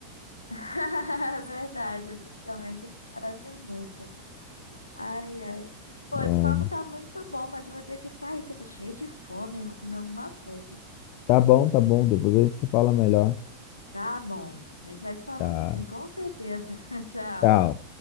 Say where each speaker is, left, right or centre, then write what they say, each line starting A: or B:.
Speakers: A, on the left; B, on the left.
A: <laughs> Verdade, fisicamente eles parecem muito. Ai, ai. Pô,
B: É,
A: esse papo tá muito bom, mas eu vou ter que sair, que eu tô cheia de fome, eu vou comer alguma coisa.
B: tá bom, tá bom. Depois a gente se fala melhor.
A: Tá bom. A gente vai se falando
B: Tá.
A: sim, com certeza. <laughs> Tchau.
B: Tchau.